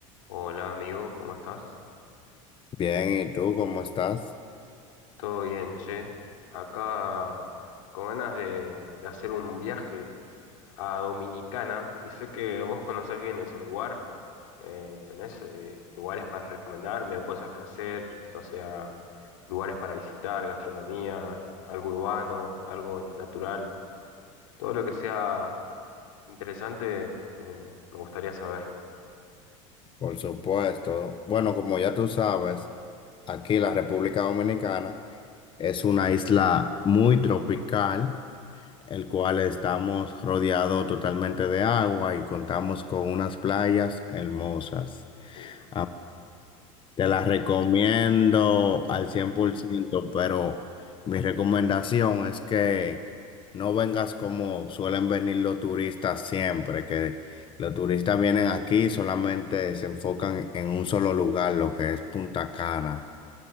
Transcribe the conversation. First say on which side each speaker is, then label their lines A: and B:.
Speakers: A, on the left; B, on the left.
A: Hola amigo, ¿cómo estás?
B: Bien, ¿y tú cómo estás?
A: Todo bien, che. Acá con ganas de, de hacer un viaje a Dominicana y sé que vos conocés bien ese lugar. eh, ¿tenés eh, lugares para recomendarme o cosas que hacer? O sea, lugares para visitar, gastronomía, algo urbano, algo natural. Todo lo que sea interesante me, me gustaría saber.
B: Por supuesto. Bueno, como ya tú sabes, aquí la República Dominicana es una isla muy tropical, el cual estamos rodeado totalmente de agua y contamos con unas playas hermosas.
A: Uf.
B: A Te la recomiendo al 100%, pero mi recomendación es que no vengas como suelen venir los turistas siempre, que los turistas vienen aquí y solamente se enfocan en un solo lugar, lo que es Punta Cana.